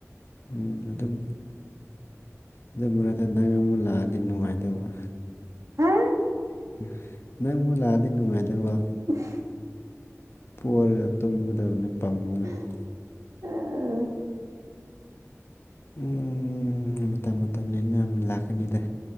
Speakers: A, on the left; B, on the right.
A: ꯎꯝ ꯑꯗꯨꯝ ꯑꯗꯨ ꯃꯔꯛꯇ ꯅꯪ ꯑꯃꯨꯛ ꯂꯥꯛꯑꯗꯤ ꯅꯨꯡꯉꯥꯏꯗꯧꯕ
B: ꯍꯥ
A: <unintelligible> ꯅꯪꯕꯨ ꯂꯥꯛꯑꯗꯤ ꯅꯨꯡꯉꯥꯏꯗꯧꯕ
B: <unintelligible>
A: <unintelligible>
B: <unintelligible>
A: ꯎꯝ ꯃꯇꯝ ꯃꯇꯝꯅꯤꯅ ꯂꯥꯛꯀꯅꯤꯗ